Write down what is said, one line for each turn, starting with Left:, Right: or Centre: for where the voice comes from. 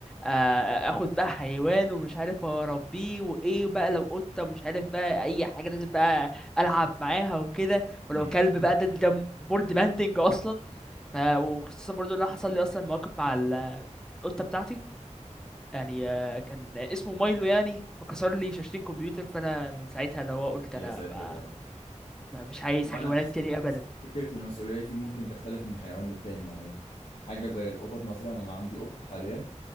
Centre: آه، اخد بقى حيوان ومش عارف اربيه وايه بقى لو قطه مش عارف بقى اي حاجه لازم بقى العب معاها وكده ولو
Left: امم
Centre: كلب بقى ده ده مور ديماندنج اصلا ف- وخصوصا برضو ان انا حصل لي اصلا مواقف مع ال- القطه بتاعتي يعني آه، كان اسمه مايلو يعني فكسر لي شاشتين كمبيوتر فانا من ساعتها اللي هو قلت انا
Left: يا ساتر
Centre: ما
Left: يا رب
Centre: ما- مش عايز
Left: هو
Centre: حيوانات
Left: انا حاسس
Centre: تاني ابدا
Left: حاسس فكرة المسؤولية دي ممكن تختلف من حيوان للتاني يعني حاجة زي القطط مثلا انا عندي قط حاليا